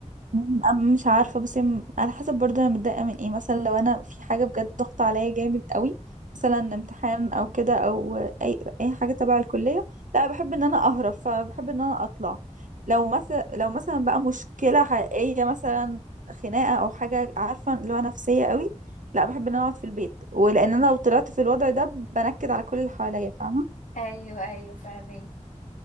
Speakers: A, on the right; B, on the left.
A: مم، أم- مش عارفة بس م- على حسب برضه أنا متضايقة من ايه مثلا لو أنا في حاجة بجد ضغط عليا جامد قوي مثلا امتحان أو كده أو أي أي حاجة تبع الكلية لا بحب إن أنا أهرب فبحب إن أنا أطلع لو مثلا لو مثلا بقى مشكلة حقيقية مثلا خناقة أو حاجة عارفة اللي هو نفسية قوي لا بحب إن أنا أقعد في البيت ولأن أنا لو طلعت في الوضع ده بنكد على كل اللي حواليا فاهمة
B: ايوه ايوه فاهمين